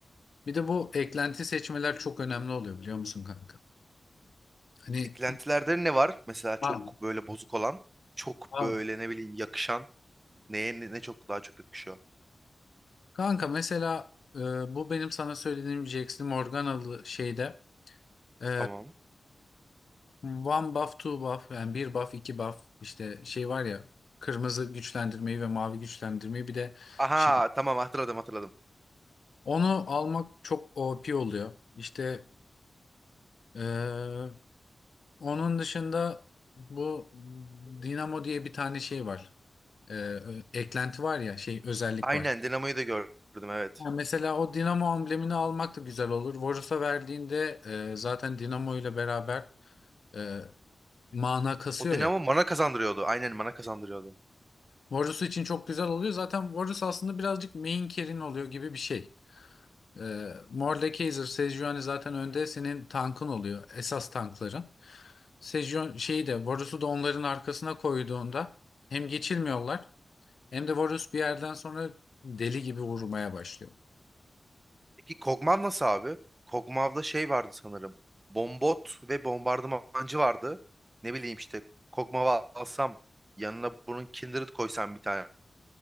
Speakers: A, on the left; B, on the right.
A: Bir de bu eklenti seçmeler çok önemli oluyor biliyor musun kanka? Hani
B: Eklentilerde ne var? Mesela çok
A: a-
B: böyle bozuk olan, çok
A: a-
B: böyle ne bileyim yakışan. Neye ne, ne çok daha çok yakışıyor.
A: kanka mesela e, bu benim sana söylediğim Jax'li Morganalı şeyde e,
B: Tamam.
A: one buff two buff yani bir buff iki buff işte şey var ya kırmızı güçlendirmeyi ve mavi güçlendirmeyi bir de
B: Aha,
A: şey
B: tamam hatırladım hatırladım.
A: Onu almak çok OP oluyor. İşte eee, onun dışında bu Dinamo diye bir tane şey var. Eee, eklenti var ya şey özellik
B: Aynen
A: var.
B: Dinamo'yu da gördüm evet.
A: Ha, mesela o Dinamo amblemini almak da güzel olur. Varus'a verdiğinde eee, zaten Dinamo ile beraber eee, mana kasıyor
B: O Dinamo
A: ya.
B: bana kazandırıyordu. Aynen bana kazandırıyordu.
A: Varus için çok güzel oluyor. Zaten Varus aslında birazcık main carry'in oluyor gibi bir şey. E, Morle Kaiser, Sejuani zaten önde senin tankın oluyor. Esas tankların. Sejuani şeyi de Varus'u da onların arkasına koyduğunda hem geçilmiyorlar hem de Varus bir yerden sonra deli gibi vurmaya başlıyor.
B: Peki Kog'Maw nasıl abi? Kog'Maw'da şey vardı sanırım. Bombot ve bombardımancı vardı. Ne bileyim işte Kog'Maw'ı alsam yanına bunun Kindred koysam bir tane.